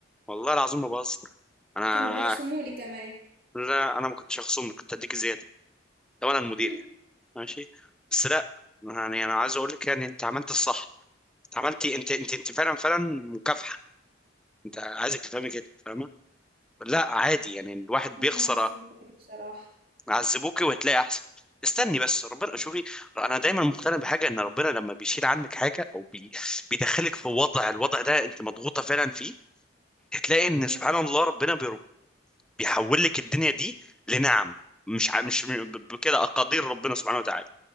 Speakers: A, in the centre; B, on the right.
A: والله العظيم ما بهزر أنا
B: كانوا بيخصموا لي كمان
A: لا أنا ما كنتش هخصمك كنت هديك زيادة لو أنا المدير
B: <laughs>
A: يعني ماشي بس لا يعني أنا عايز أقول لك يعني أنت عملت الصح أنت عملتي أنت أنت أنت فعلا فعلا مكافحة أنت عايزك تفهمي كده فاهمة لا عادي يعني الواحد
B: هم
A: بيخسر
B: عذبوني بصراحة
A: عذبوكي وهتلاقي احسن استني بس ربنا شوفي انا دايما مقتنع بحاجه ان ربنا لما بيشيل عنك حاجه او بي... بيدخلك في وضع الوضع ده انت مضغوطه فعلا فيه هتلاقي ان
B: امم
A: سبحان الله ربنا بي... بيحول لك الدنيا دي لنعم مش ع... مش ب- بكده اقادير ربنا سبحانه وتعالى